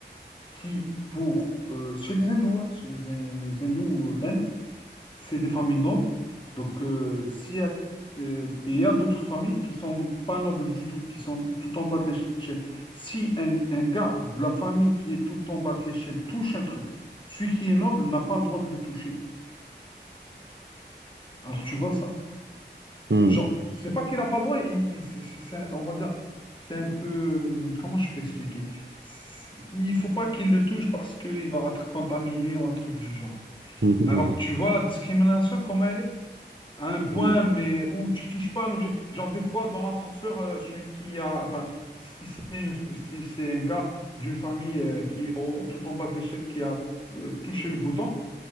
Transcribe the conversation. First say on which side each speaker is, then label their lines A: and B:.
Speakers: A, on the left; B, on the right.
A: qui, pour, euh, chez les hindous, hein, chez les, hin- les hindous euh, d'Inde, c'est des familles nobles. Donc, euh, s'il y a, euh, il y a d'autres familles qui sont pas nobles du tout, qui sont tout en bas de l'échelle. Si un, un gars de la famille qui est tout en bas de l'échelle touche un truc, celui qui est noble n'a pas le droit de le toucher. Alors, tu vois ça?
B: Mm,
A: Genre, c'est pas qu'il n'a pas le droit, il- c'est- c'est- c'est un- on va dire, c'est un peu. hum, Comment je peux expliquer? C'est- Il faut pas qu'il le touche parce qu'il va être contaminé ou un truc du genre.
B: mm, mm,
A: Alors,
B: mm.
A: tu vois la discrimination, comment elle est? à un point,
B: <laughs>
A: mais où tu touches pas un objet. Genre, des fois, dans l'ascenseur, euh, celui qui a. Enfin, si c'est une- si c'est un gars d'une famille euh, qui est au- tout en bas de l'échelle qui a euh, touché le bouton,